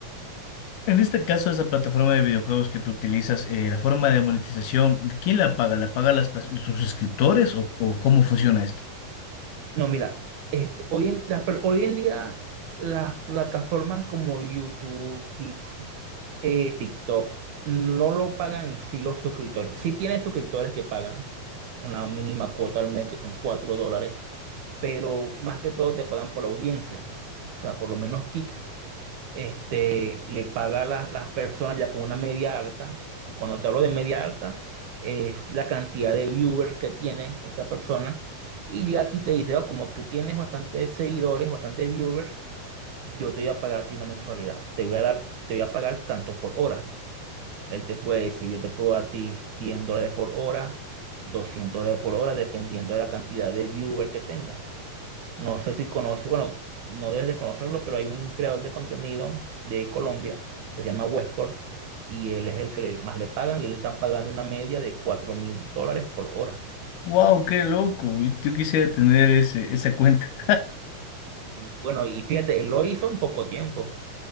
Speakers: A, on the left; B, on the right.
A: En este caso, esa plataforma de videojuegos que tú utilizas, eh, la forma de monetización, ¿quién la paga? ¿La pagan las, pers- tus suscriptores o, o cómo funciona esto?
B: No, mira, este, hoy en, la- hoy en día las plataformas como YouTube, Kick, eh, TikTok, no lo pagan en sí los suscriptores. Sí tienes suscriptores que pagan una mínima cuota al mes, que son 4 dólares, pero más que todo te pagan por la audiencia. O sea, por lo menos Kick este, le paga a las, las personas ya con una media alta. Cuando te hablo de media alta, es la cantidad de viewers que tiene esa persona. Y llega a ti y te dice, "Oh, como tú tienes bastantes seguidores, bastantes viewers, yo te voy a pagar a ti una mensualidad. Te voy a dar, te voy a pagar tanto por hora. Él te puede decir, yo te puedo dar a ti 100 dólares por hora, 200 dólares por hora, dependiendo de la cantidad de viewers que tengas. No sé si conoces, bueno, no debes de conocerlo, pero hay un creador de contenido de Colombia que se llama Westcore y él es el que le- más le pagan y le están pagando una media de cuatro mil dólares por hora.
A: ¡Wow! ¡Qué loco! Yo, yo quisiera tener ese, esa cuenta.
B: Y bueno, y fíjate, él lo hizo en poco tiempo.